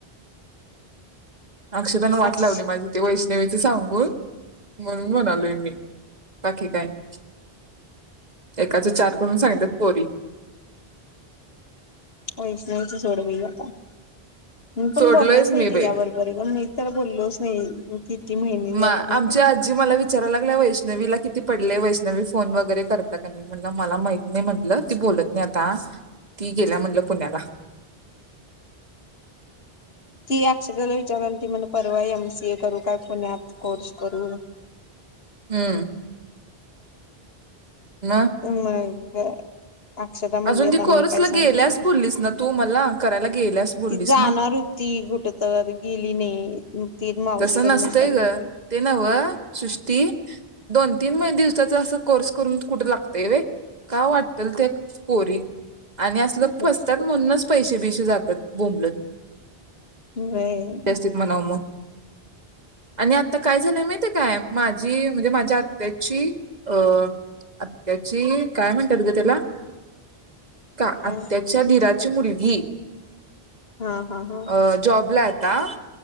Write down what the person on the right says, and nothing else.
अक्षयतानं वाट
लावली माझी ते वैश नाही व्हायचं सांगून म्हणून म्हणालोय मी बाकी काय नाही एकाचे चार करून सांगत्यात पोरी
सोडलोयच
मी
बाई
म
आमची
आजी मला विच विचाराय लागल्या वैष्णवीला किती पडले वैष्णवी फोन वगैरे करतिया काय नाही, मला माहित नाही म्हटलं ती बोलत नाही आता ती गेल्या म्हटल पुण्याला
हम्म मग
अजून
ती कोर्सला
गेल्यास बोललीस ना तू मला करायला गेल्यास बोललीस
ना
तस नसतंय
ग ते नवं सृष्टी दोन तीन महि दिवसाचा असं कोर्स करून कुठे लागतय व का वाटल त्या पोरी आणि असल
फसत्यात म्हणूनच पैसे बिश जात्यात बोंबलत
जास्तीत म्हणाव मग आणि आता काय झालंय माहिती काय माझी म्हणजे माझ्या आत्याची अं आत्याची काय म्हणतात ग त्याला का
आत्ताच्या दिरा ची मुलगी
अ जॉबला. अत्ता